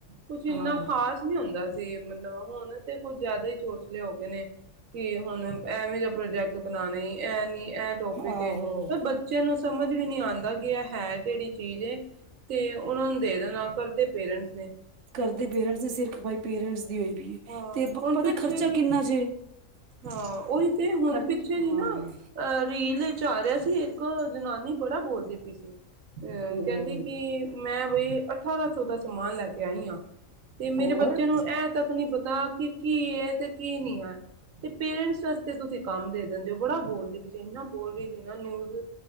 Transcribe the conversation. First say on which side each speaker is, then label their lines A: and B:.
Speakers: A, on the right; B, on the right.
A: ਕੁਛ ਇੰਨਾ
B: ਹਾਂ
A: ਖ਼ਾਸ ਨੀ ਹੁੰਦਾ ਸੀ ਮਤਲਬ ਹੁਣ ਤੇ ਕੁਝ ਜਿਆਦਾ ਚੋਚਲੇ ਹੋ ਗਏ ਨੇ ਕਿ ਹੁਣ ਐਵੇਂ ਦਾ ਪ੍ਰੋਜੈਕਟ ਬਣਾਉਣੇ ਐ ਨੀ। ਇਹ ਟੋਪਿਕ
B: ਆਹੋ।
A: ਏ ਪਰ ਬੱਚੇ ਨੂੰ ਸਮਝ ਵੀ ਨੀ ਆਂਦਾ ਕਿ ਇਹ ਹੈ ਕਿਹੜੀ ਚੀਜ਼ ਏ ਤੇ ਉਹਨਾਂ ਨੂੰ ਦੇ ਦੇਣਾ ਕਰਦੇ ਪੇਰੈਂਟਸ ਨੇ
B: ਕਰਦੇ ਪੇਰੈਂਟਸ ਨੇ ਸਿਰ ਖਪਾਈ ਪੇਰੈਂਟਸ ਦੀ ਹੋਈ।
A: ਹਾਂ
B: ਤੇ
A: ਹੁਣ
B: ਪਤਾ
A: ਪਿੱਛੇ
B: ਖਰਚਾ
A: ਜੀ
B: ਕਿੰਨਾ ਜੇ
A: ਹਾਂ ਉਹੀ ਤੇ ਹੁਣ
B: ਖਰਚ
A: ਪਿੱਛੇ
B: ਹਾਂ
A: ਜ ਨਾ ਅ ਰੀਲ ਚ ਆ ਰਿਹਾ ਸੀ ਇੱਕ ਜਨਾਨੀ ਬੜਾ ਬੋਲਦੀ ਪਈ ਸੀ ਅਹ
B: ਹੂੰ
A: ਕਹਿੰਦੀ ਕਿ ਮੈਂ ਬਈ ਅਠਾਰਾਂ ਸੌ ਦਾ ਸਮਾਨ ਲੈ ਕੇ ਆਈ ਆਂ ਤੇ ਮੇਰੇ
B: ਹੋਰ
A: ਬੱਚੇ ਨੂੰ ਇਹ ਤੱਕ ਨਹੀਂ ਪਤਾ ਕਿ ਕੀ ਏ ਤੇ ਕੀ ਨਹੀਂ ਹੈ। ਤੇ ਪੇਰੈਂਟਸ ਵਾਸਤੇ ਤੁਸੀਂ ਕੰਮ ਦੇ ਦਿੰਦੇ ਹੋ ਬੜਾ ਬੋਲਦੇ ਇਨਾ ਬੋਲ ਰਹੀ ਸੀ ਨਾ ਨਿਊਜ਼